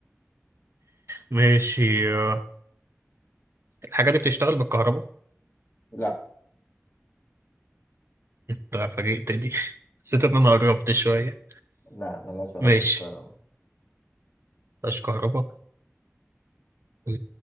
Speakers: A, on the right (about 60°); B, on the left (about 45°).
A: ماشي آه، الحاجة دي بتشتغل بالكهرباء؟
B: لا
A: أنت فاجئتني <laughs> حسيت إن أنا قربت شوية
B: لا ملهاش علاقة
A: ماشي
B: بالكهرباء
A: مفيهاش كهرباء آه،